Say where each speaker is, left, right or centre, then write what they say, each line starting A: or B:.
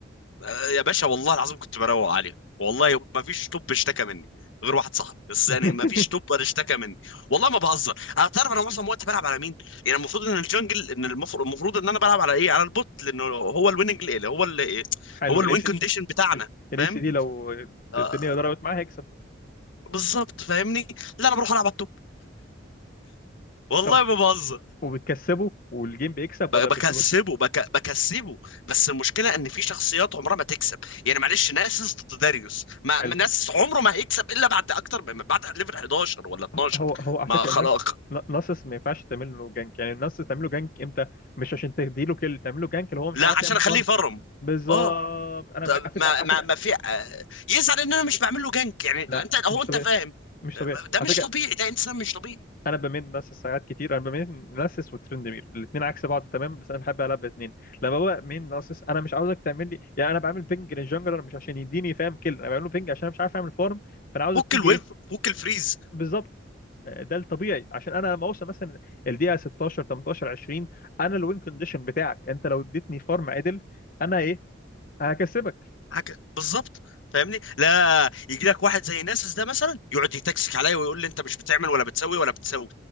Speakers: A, on the left; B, on the left.
A: آه، يا باشا والله العظيم كنت بروق عليه والله ما فيش توب اشتكى مني غير واحد صاحبي بس
B: <laughs>
A: يعني ما فيش توب اشتكى مني والله ما بهزر انا تعرف انا معظم وقتي بلعب على مين يعني المفروض ان الجنجل ان المفروض, المفروض ان انا بلعب على ايه على البوت لانه هو الويننج اللي هو اللي
B: حلو
A: هو الوين
B: الاسي
A: كونديشن بتاعنا
B: الاسي
A: فاهم
B: دي لو
A: آه
B: الدنيا ضربت معاه هيكسب
A: بالظبط فاهمني لا انا بروح العب على التوب والله
B: طب
A: ما بهزر
B: وبتكسبه والجيم بيكسب ولا
A: بكسبه
B: بتبقى
A: بك... بكسبه بس المشكله ان في شخصيات عمرها ما تكسب يعني معلش ناسس ضد داريوس ما
B: حلو
A: ما ناسس عمره ما هيكسب الا بعد اكتر من بعد ليفل 11 ولا 12
B: هو هو على
A: ما
B: فكره
A: خلاص
B: الناس ناسس ما ينفعش تعمل له جانك يعني الناس تعمل له جانك امتى مش عشان تديله كيل تعمل له جانك اللي هو مش
A: لا
B: عارف
A: عشان
B: يعمل
A: اخليه
B: فارم
A: يفرم
B: بالظبط
A: اه
B: انا
A: طب
B: معاك على فكره
A: ما
B: على
A: ما
B: فكره
A: ما في آه، يزعل ان انا مش بعمل له جنك يعني انت
B: لا
A: هو
B: مش
A: انت
B: طبيعي
A: فاهم
B: مش
A: آه،
B: طبيعي
A: ده
B: على
A: مش
B: فكره
A: طبيعي ده انسان مش طبيعي
B: انا بميل ناسس ساعات كتير انا بميل ناسس وترندمير الاثنين عكس بعض تمام بس انا بحب العب الاثنين لما ببقى مين ناسس انا مش عاوزك تعمل لي يعني انا بعمل بينج للجنجلر مش عشان يديني فاهم كل انا بعمله بينج عشان انا مش عارف اعمل فارم فانا عاوزك
A: فك
B: تيجي
A: الويف
B: ايه
A: فك الفريز
B: بالظبط آه، ده الطبيعي عشان انا لما اوصل مثلا الدقيقه 16 18 20 انا الوين كونديشن بتاعك انت لو اديتني فارم عدل انا ايه هكسبك
A: حاجه بالظبط فاهمني لا يجي لك واحد زي ناسس ده مثلا يقعد يتكسك عليا ويقول لي انت مش بتعمل ولا بتسوي ولا بتسوي